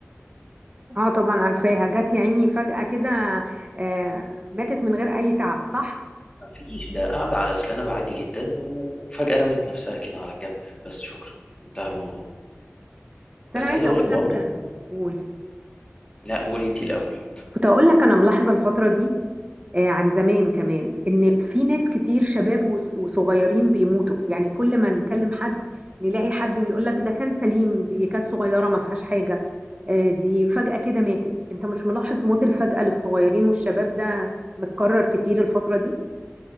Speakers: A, on the right; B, on the left.
A: اه طبعا عارفاها جت يا عيني فجأة كده آه، ماتت من غير اي تعب صح
B: ما فيش ده قاعده على الكنبه عادي جدا وفجاه رمت نفسها كده على الجنب بس شكرا انتهى الموضوع
A: بس انا
B: بس
A: عايزه
B: عايز اقول
A: اقول
B: لك برضه
A: لك قول
B: لا قولي انت الاول
A: كنت اقول لك انا ملاحظه الفتره دي آه، عن زمان كمان ان في ناس كتير شباب وص- وصغيرين بيموتوا يعني كل ما نكلم حد نلاقي حد بيقول لك ده كان سليم دي كانت صغيره ما فيهاش حاجه آه، دي فجاه كده ماتت انت مش ملاحظ موت الفجاه للصغيرين والشباب ده متكرر كتير الفتره دي